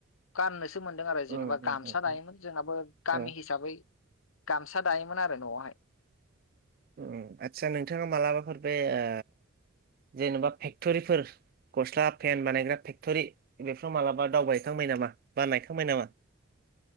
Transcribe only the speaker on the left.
गाननोसै सो मोनदों आरो जेनेबा
गामसा
दायोमोन जोंनाबो गामि
हिसाबै गामसा दायोमोन आरो न'आवहाय